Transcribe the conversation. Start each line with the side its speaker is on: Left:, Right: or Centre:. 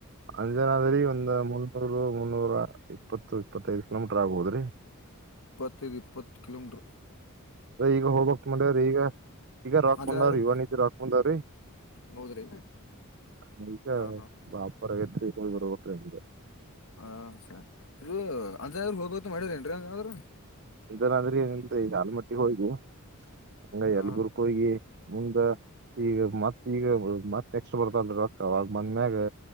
Right: ಅಂಜನಾದ್ರರಿ ಒಂದ್ ಮುನ್ನೂರು ಮುನ್ನೂರ ಇಪ್ಪತ್ತು ಇಪ್ಪತ್ತೈದು ಕಿಲೋಮೀಟರ್ ಆಗ್ಬೋದ್ರಿ
Left: ತೂ ಇಪ್ಪತ್ತು ಕಿಲೋಮೀಟರು
Right: ಈಗ ಹೋಗಬಕ್ ಮನ್ಯರಿಗ ಈಗ ರೋಕ್
Left: ಅಂಜನಾದ್ರಿ
Right: ಬಂದಾವ್ರಿ ಇವನ್ತಿ ರಾಕ್ ಬಂದಾವ್ರೀ
Left: ಹೌದ್ರಿ
Right: ನಗ
Left: ಹಾ ಹಾ
Right: ವಾಪರ ೈತ್ರಿ ಬರ್ಬಟ್ರಿ ಅಮಗೆ
Left: ಹ ಸರಿ ಇ ಅಂತರು ಹೋಗ್ಬತ್ ಮಾಡ್ಯ್ರ ಏನ್ರಿ ಹಂಗ ಆದ್ರ
Right: ಇದನಾದ್ರೆ ಏನ ಈಗ ಆಲ್ಮಟ್ಟಿಗೆ ಹೋಗಿ ಹಂಗ ಯಲ್ಗುರ್ಕ
Left: ಹಾ
Right: ಹೋಗಿ ಮುಂದ ಈಗ ಮತ್ ಈಗ ಮತ್ತ ಎಕ್ಸ್ಟ್ ಬರ್ತಲ್ರಿ ಅವಾಗ ಬಂದ್ಮ್ಯಾಗ